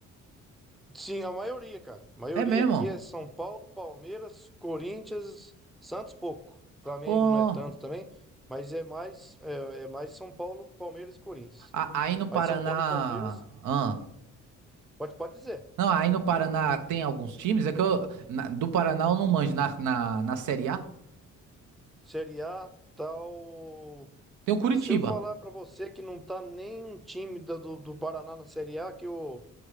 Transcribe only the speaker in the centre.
Sim, a maioria, cara. A maioria
aqui é São Paulo, Palmeiras, Corinthians, Santos pouco. Flamengo
não é tanto também, mas é mais é, é mais São Paulo, Palmeiras e Corinthians.
Mas São Paulo e Palmeiras,
pode, pode dizer.
Série A, tal.
Se eu falar pra você que não tá nenhum time da- do, do Paraná na Série A, que o,